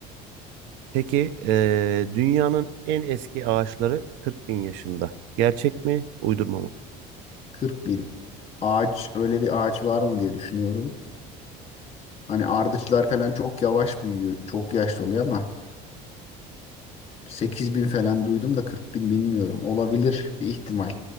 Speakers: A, on the right; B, on the left.
A: Peki eee, dünyanın en eski ağaçları 40 bin yaşında. Gerçek mi? Uydurma mı?
B: 40 bin ağaç öyle bir ağaç var mı diye düşünüyorum. Hani ardıçlar falan çok yavaş büyüyor. Çok yaşlı oluyor ama 8 bin falan duydum da 40 bin bilmiyorum. Olabilir bir ihtimal.